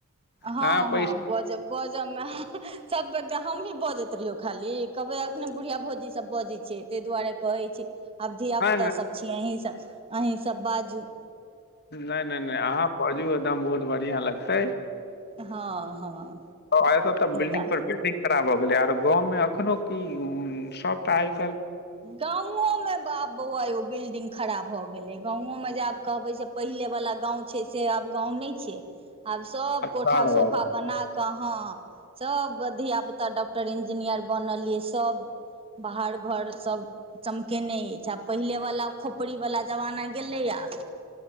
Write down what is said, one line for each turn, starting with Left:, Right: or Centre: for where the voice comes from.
Right: हँ
Left: अहाँ पैसा
Right: हँ बजब बजऽ मे सबके हम भी बजैत रहियौ खाली कहबै अखने बुढ़िया भौजी सब बजै छियै ताहि दुआरे कहै छी आब धिया
Left: नहि
Right: पुता
Left: नहि
Right: सभ छी अहीं सभ अहीं सभ बाजू
Left: नइ नइ नइ अहाँ बजियो एकदम बहुत बढ़िया लग हं
Right: हँ हँ
Left: एत्त' त' बिल्डिंग
Right: तऽ
Left: पर बिल्डिंग खडा़ भ' गेलै आ त अ गाँंव मे अखनो की सब त आ
Right: गाँवो मे बाप बौआ यो बिल्डिंग खरा भऽ गेलै गाँंवो मजा आब कहबै से पहिले वला गाँव छै से आब गाँव नहि छै आब सब कोठा
Left: शहर भऽ
Right: सोफा
Left: गेल।
Right: बना क हं सब धिया पुता डक टर इंजीनियर बनल ये सब बाहर घर सभ चमकेने अछि आब पहिलेवला खोपड़ीवला जमाना गेलै आब